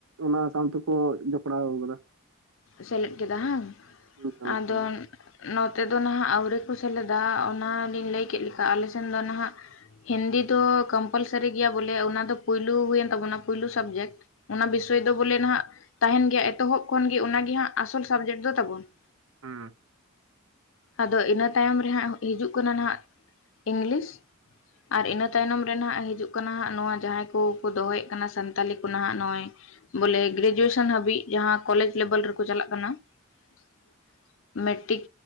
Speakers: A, on the right (about 80°); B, on the left (about 65°).
A: ᱚᱱᱟ ᱥᱟᱶ ᱛᱮᱠᱚ ᱡᱚᱯᱲᱟᱣ ᱟᱠᱟᱫᱟ ᱾
B: ᱥᱮᱞᱮᱫ ᱠᱮᱫᱟ ᱦᱟᱝ,
A: ᱥᱮᱞᱮᱫ
B: ᱟᱫᱚ
A: ᱠᱟᱫᱟ
B: ᱱᱚᱛᱮ ᱫᱚ ᱱᱟᱦᱟᱸᱜ ᱟᱹᱣᱨᱤ ᱠᱚ ᱥᱮᱞᱮᱫᱟ, ᱚᱱᱟ ᱞᱤᱧ ᱞᱟᱹᱭ ᱠᱮᱫ ᱞᱮᱠᱟ ᱟᱞᱮ ᱥᱮᱱ ᱫᱚ ᱱᱟᱦᱟᱜ ᱦᱤᱱᱫᱤ ᱫᱚ ᱠᱚᱢᱯᱟᱞᱥᱟᱨᱤ ᱜᱮᱭᱟ ᱵᱚᱞᱮ ᱚᱱᱟ ᱫᱚ ᱯᱩᱭᱞᱩ ᱦᱩᱭᱮᱱ ᱛᱟᱵᱚᱱᱟ ᱯᱩᱭᱞᱩ ᱥᱟᱵᱡᱮᱠᱴ ᱾ ᱚᱱᱟ ᱵᱤᱥᱚᱭ ᱫᱚ ᱵᱚᱞᱮ ᱱᱟᱦᱟᱸᱜ ᱛᱟᱦᱮᱱ ᱜᱮᱭᱟ ᱮᱛᱚᱦᱚᱵ ᱠᱷᱚᱱ ᱜᱮ ᱚᱱᱟ ᱜᱮ ᱦᱟᱸᱜ ᱟᱥᱚᱞ ᱥᱟᱵᱡᱮᱠᱴ ᱫᱚ ᱛᱟᱵᱚᱱ ᱾
A: ᱦᱩᱸ ᱾
B: ᱟᱫᱚ ᱤᱱᱟᱹ ᱛᱟᱭᱚᱢ ᱨᱮᱦᱟᱸᱜ ᱦᱤᱡᱩᱜ ᱠᱟᱱᱟ ᱱᱟᱦᱟᱜ ᱤᱝᱞᱤᱥ ᱾ ᱟᱨ ᱤᱱᱟᱹ ᱛᱟᱭᱱᱚᱢ ᱨᱮ ᱱᱟᱦᱟᱸᱜ ᱦᱤᱡᱩᱜ ᱠᱟᱱᱟ ᱦᱟᱸᱜ ᱱᱚᱣᱟ ᱡᱟᱦᱟᱸᱭ ᱠᱚ ᱠᱚ ᱫᱚᱦᱚᱭᱮᱫ ᱠᱟᱱᱟ ᱥᱟᱱᱛᱟᱞᱤ ᱠᱚ ᱱᱟᱦᱟᱸᱜ ᱱᱚᱜᱼᱚᱭ ᱵᱚᱞᱮ ᱜᱨᱮᱡᱩᱭᱮᱥᱚᱱ ᱦᱟᱹᱵᱤᱡ ᱾ ᱡᱟᱦᱟᱸ ᱠᱚᱞᱮᱡᱽ ᱞᱮᱵᱮᱞ ᱨᱮᱠᱚ ᱪᱟᱞᱟᱜ ᱠᱟᱱᱟ ᱾ ᱢᱮᱴᱤᱠ,